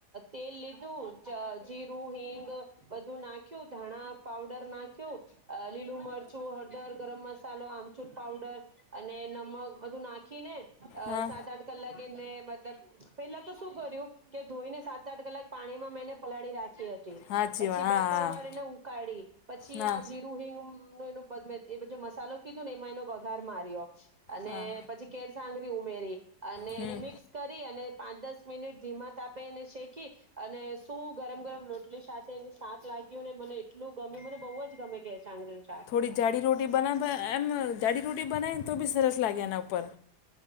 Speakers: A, on the right; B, on the left.
A: તેલ લીધું ચ જીરું, હિંગ, બધું નાખ્યું. ધાણા પાવડર નાખ્યું. અહ લીલું મરચ ચું, હળદર, ગરમ મસાલો, આમચૂર પાવડર અને નમક બધું નાખી ને અહ
B: હા
A: સાત-આઠ કલાક એને મતલબ, પેલા તો શું કર્યું કે ધોઈને સાત ત આઠ કલાક પાણીમાં મેં એને પલાળી રાખી હતી.
B: હાચી
A: પછી
B: વાત હા
A: બે તણ
B: હા
A: વાર એને ઉકાળી. પછી
B: ના
A: <unintelligible> <unintelligible> એ બધો મસાલો કીધો ને એમાં એનો વઘાર માર્યો. અને
B: હા
A: પછી કેર સાંગરી ઉમેરી, અને
B: હમ
A: એને મિક્સ કરી અને પાંચ દસ મિનિટ ધીમા તાપે એને શેકી અને સૂપ ગરમ-ગરમ રોટલી સાથે એનું શાક લાગ્યું ને. મને એટલું ગમ્યું. મને બહુ જ ગમે કેરસાંગરીનું
B: થોડી જાડી રોટી બનાવતા એમ જાડી રોટી બનાવીન તો બી સરસ લાગે એના ઉપર.